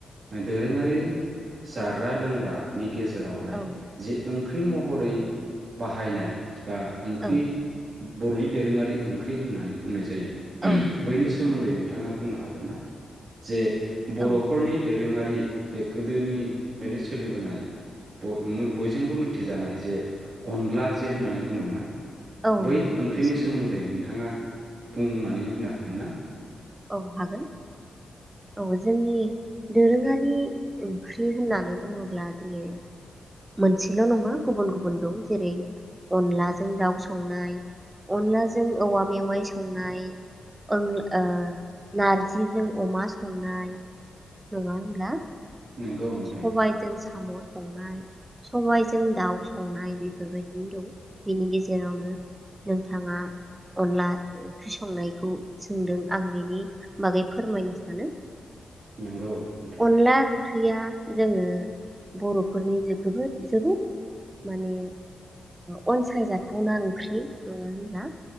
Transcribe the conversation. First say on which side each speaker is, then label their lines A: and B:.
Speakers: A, on the right; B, on the right.
A: दोरोङारि जाग्रा लोंग्राानि गेजेराव गेजेरावहाय
B: औ
A: जेओं ख्रि महरै बाहायनाय। बा ओंख्रि
B: औ
A: बर'नि दोरोङारि ओंख्रि होननानै बुंनाय जायो।
B: औ
A: सोमोन्दै नोंथाङा बुंनो हागोन ना? जे बर'फोरनि
B: औ
A: दो। दोरोङारि बे गोदोनिफ्रायनो सोलिबोनाय बर म बयजोंबो मिथिजानाय जे अनला जे होननानै बुङोना।
B: औ
A: बै
B: नंगौ
A: ओंख्रिनि
B: बे सैथो
A: सोमोन्दै नोंथाङा। बुंनानै। होनो हागोन ना?
B: औ हागोन औ जोंनि दोरोङारि ओंख्रि होननानै बुङोब्ला जोङो मोनसेल' नङा गुबुन गुबुन दं जेरै अनलाजों दाउ संनाय अनलाजों औवा मेवाइ संनाय अन ओ। नारजिजों अमा संनाय नङा होमब्ला?
A: नोंगौ नोंथां
B: सबायजों सा। साम' संनाय। सबबायजों दाउ। संनाय बेफोरबायदिनो दं बेनि गेजेरावनो नोंथाङा अनला ओंख्रि संनायखौ सोंदों आं बेनि बागै फोरमायनो सानो।
A: नंगौ नोंथां।
B: अनला ओंख्रिया जोङो बर'फोरनि जबोद जोबोद माने ओ अनसायजाथावना ओंख्रि नङा होनब्ला?